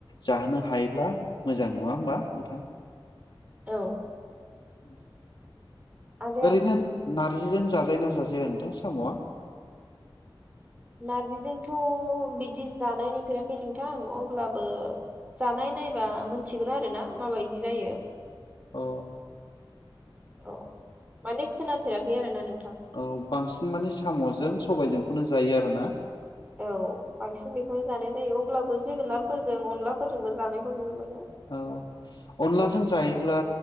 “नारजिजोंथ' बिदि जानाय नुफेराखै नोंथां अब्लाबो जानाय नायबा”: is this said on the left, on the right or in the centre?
Right